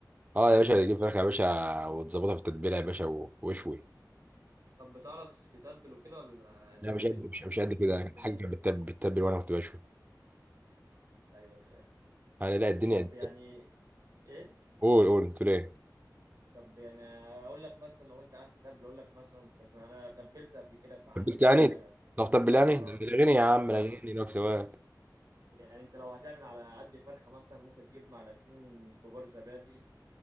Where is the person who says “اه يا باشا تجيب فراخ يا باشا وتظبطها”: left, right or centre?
Right